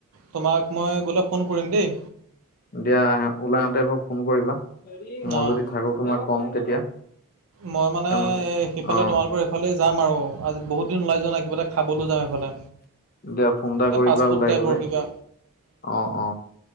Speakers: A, on the right (about 70°); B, on the left (about 40°).
A: তোমাক মই গলে ফোন কৰিম দেই
B: দিয়া আহ ওলাই আহতে এবৌ ফোন কৰিবা মই
A: অঁ
B: যদি থাকো তো মই কম তেতিয়া
A: মই মানে
B: কাৰণ
A: এ সেইফালে
B: অ
A: তোমালোকৰ এইফালে যাম আৰু আজি বহুত দিন ওলাই যোৱা নাই কিবা এটা খাবলৈ যাওঁ এইফালে
B: দিয়া ফোন এটা
A: এই
B: কৰিবা
A: ফাষ্টফুড
B: ওলাই
A: টাইপৰ
B: গলে
A: কিবা
B: অ অ